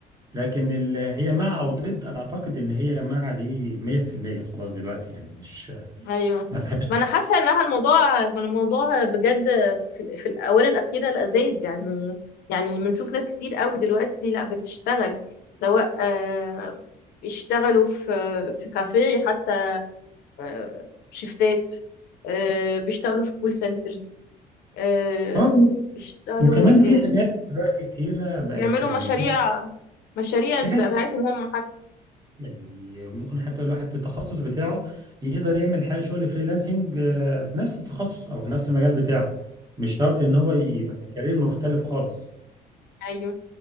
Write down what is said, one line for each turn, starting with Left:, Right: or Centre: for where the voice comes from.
Right: لكن ال- هي مع او ضد انا اعتقد ان هي مع دي 100% خلاص دلوقتي يعني مش آه،
Left: ايوه
Right: ما فيهاش
Left: ما انا حاسه انها الموضوع ما الموضوع بجد في, في الاونه الاخيره لذيذ يعني يعني بنشوف ناس كتير قوي دلوقتي لا بتشتغل سواء آه، بيشتغلوا في في كافيه حتى آه، شيفتات آه، بيشتغلوا في كول سنترز آه،
Right: كلام.
Left: بيشتغلوا
Right: وكمان
Left: ايه
Right: في
Left: تاني
Right: حاجات دلوقتي كتيرة بقت
Left: بيعملوا
Right: يعني
Left: مشاريع
Right: في
Left: مشاريع
Right: في حاجات
Left: بتاعتهم
Right: فريلانسنج،
Left: هم حتى
Right: يعني ممكن حتى الواحد في التخصص بتاعه يقدر يعمل حاجة شغل فريلانسنج آه، في نفس التخصص أو في نفس المجال بتاعه مش شرط إن هو يبقى كارير مختلف خالص
Left: ايوه